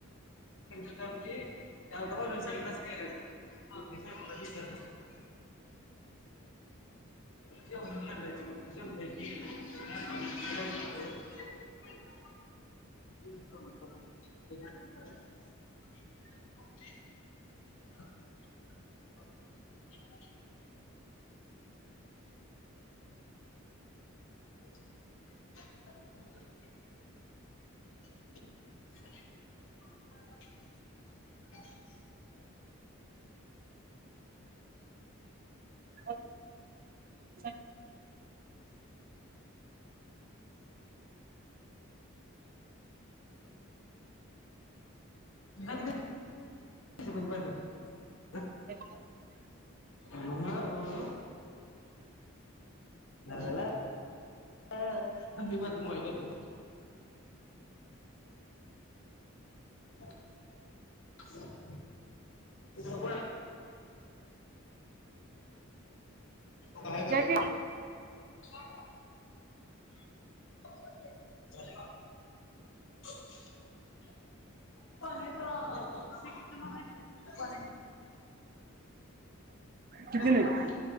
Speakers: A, on the left (about 65°); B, on the right (about 40°).
A: पाहिजे <unintelligible> जेव जेवल्याती <unintelligible> <inaudible> <inaudible> <inaudible>
B: <inaudible>
A: <unintelligible> <unintelligible>
B: <unintelligible>
A: <unintelligible> हॉलो ला ला ला ला थांब मी माजा मोबाईल बघतो. <inaudible> बाहेर
B: घे
A: आलोय.
B: की.
A: <inaudible> <inaudible> पनीर अं रेसिपी
B: किती
A: कडे
B: नाही
A: ना मग